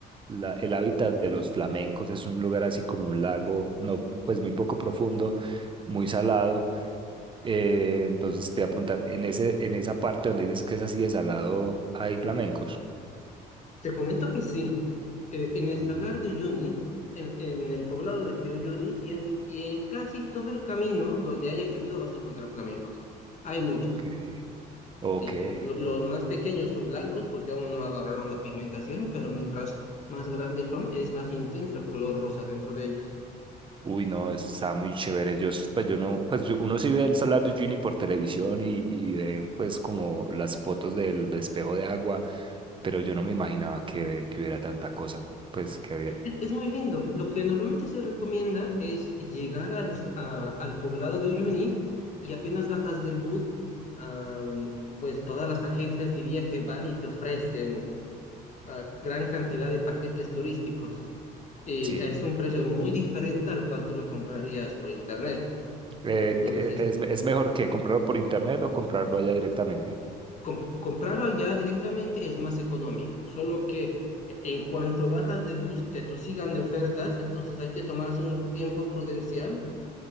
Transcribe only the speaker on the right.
la- el hábitat de los flamencos es un lugar así como un lago, no, pues muy poco profundo, muy salado. eh, entonces te voy a preguntar, en ese, en esa parte donde dices que es así de salado, ¿hay flamencos?
Mm,
Ok, Ok.
Uy, no, está muy chévere. Yo, s- pues yo no, pues yo- uno sí ve el Salar de Uyuni por televisión y, y ve pues como las fotos del, del espejo de agua, pero yo no me imaginaba que, que hubiera tanta cosa. Pues que había,
sí.
Eh,
que ¿es, es mejor que comprarlo por internet o comprarlo allá directamente?